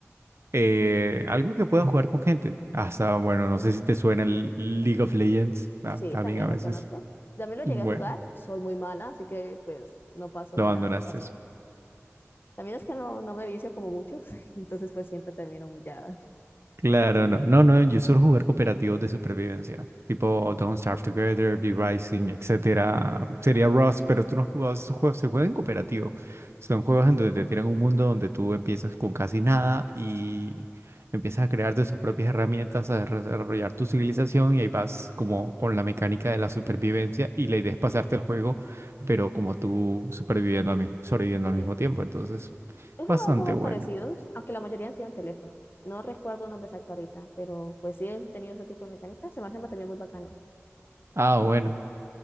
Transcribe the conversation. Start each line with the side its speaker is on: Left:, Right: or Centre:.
Right: eh, algo que pueda jugar con gente. Hasta, bueno, no sé si te suena el League of Legends, ah,
Left: Sí,
Right: también
Left: también
Right: a veces.
Left: lo conozco. También lo
Right: Bueno,
Left: llegué a jugar, soy muy mala, así que pues no paso
Right: lo
Left: de
Right: abandonaste.
Left: la básica. También es que no, no me vicio como muchos, <laughs> entonces pues siempre termino muy ya.
Right: Claro, no. No, no, yo suelo jugar cooperativos de supervivencia, tipo Don't Starve Together, Be Rising, etcétera. Sería Rust, pero tú no has jugado esos juegos, se juegan en cooperativo. Son juegos en donde te tiran un mundo donde tú empiezas con casi nada y empiezas a crear de tus propias herramientas, a desarrollar tu civilización y ahí vas como con la mecánica de la supervivencia y la idea es pasarte el juego, pero como tú superviviendo al mismo, sobreviviendo al
Left: Sí.
Right: mismo tiempo, entonces
Left: He jugado
Right: bastante
Left: juegos
Right: bueno.
Left: parecidos, aunque la mayoría han sido en teléfono. No recuerdo nombres exactos ahorita, pero pues sí he tenido ese tipo de mecánicas. Se me hacen también muy bacanos.
Right: Ah, bueno.